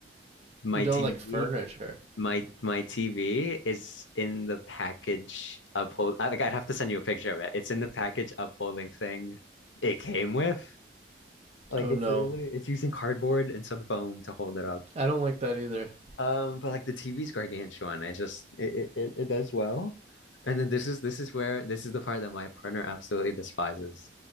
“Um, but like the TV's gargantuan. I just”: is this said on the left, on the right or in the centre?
Left